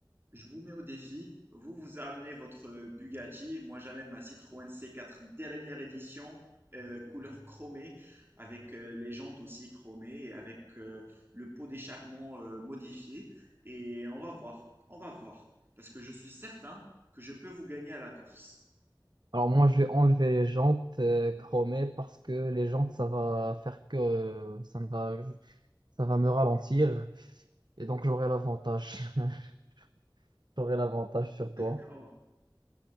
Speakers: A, on the right (about 30°); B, on the right (about 65°).
A: Je vous mets au défi. Vous, vous amenez votre Bugatti. Moi, j'amène ma Citroën C4 dernière édition, euh, couleur chromée, avec euh, les jantes aussi chromées et avec euh, le pot d'échappement euh, modifié. Et on va voir. On va voir. Parce que je suis certain que je peux vous gagner à la course.
B: Alors moi, je vais enlever les jantes euh, chromées parce que les jantes, ça va faire que euh, ça me va, ça va me ralentir et donc j'aurai l'avantage. <laughs> J'aurai l'avantage sur toi.
A: D'accord.